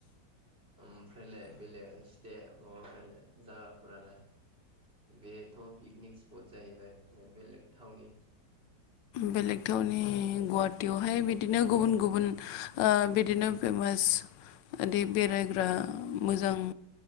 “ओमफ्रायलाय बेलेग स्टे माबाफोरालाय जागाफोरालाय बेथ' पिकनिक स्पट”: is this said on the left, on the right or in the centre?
Right